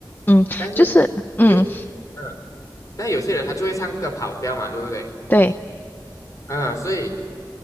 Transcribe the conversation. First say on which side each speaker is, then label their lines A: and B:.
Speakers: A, on the left; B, on the left.
A: 嗯，
B: 但是有一，
A: 就是嗯，
B: 嗯，但有些人他就会唱歌跑调嘛，对不对？
A: 对，
B: 嗯，所以